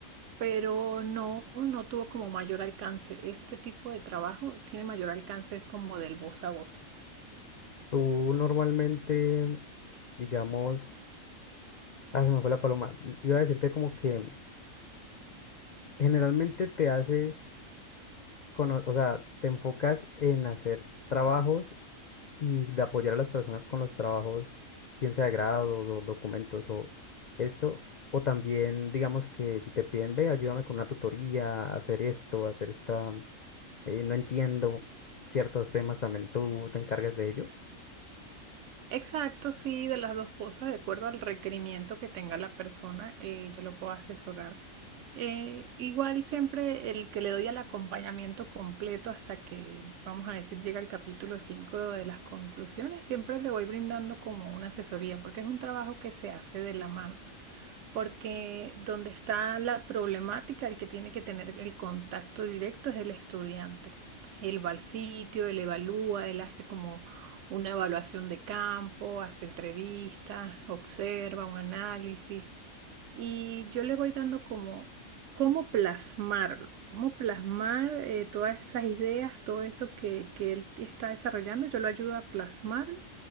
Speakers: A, on the right (about 70°); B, on the left (about 60°).
A: pero no, no tuvo como mayor alcance. Este tipo de trabajo tiene mayor alcance, es como del voz a voz.
B: Tú normalmente, digamos, ah, se me fue la paloma. Iba a decirte como que generalmente te haces, cono- o sea, te enfocas en hacer trabajos y de apoyar a las personas con los trabajos, bien sea de grado, do- documentos o esto. O también, digamos que si te piden, ve, ayúdame con una tutoría, hacer esto, hacer esta. eh, no entiendo ciertos temas también. ¿Tú te encargas de ello?
A: Exacto, sí, de las dos cosas, de acuerdo al requerimiento que tenga la persona, eh, yo lo puedo asesorar. Eh, igual siempre el que le doy al acompañamiento completo hasta que, vamos a decir, llega el capítulo 5 de las conclusiones, siempre le voy brindando como una asesoría, porque es un trabajo que se hace de la mano porque donde está la problemática, el que tiene que tener el contacto directo es el estudiante. Él va al sitio, él evalúa, él hace como una evaluación de campo, hace entrevistas, observa un análisis y yo le voy dando como cómo plasmarlo, cómo plasmar eh, todas esas ideas, todo eso que, que él está desarrollando, yo lo ayudo a plasmarlo